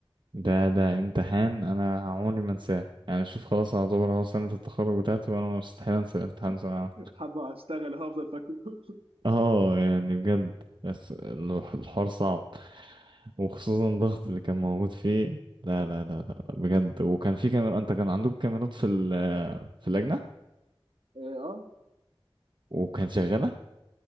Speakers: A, on the right (about 55°); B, on the right (about 70°).
A: ده ده امتحان انا عمري ما انساه يعني شوف خلاص اعتبر هو سنة التخرج بتاعتي وانا مستحيل انسى الامتحان ده
B: حابه اشتغل هفضل فاكره <laughs>
A: اه يعني بجد بس الح- الحوار صعب وخصوصا الضغط اللي كان موجود فيه لا لا لا لا لا، بجد وكان في كاميرا انت كان عندك كاميرات في ال- في اللجنة
B: اه
A: وكانت شغالة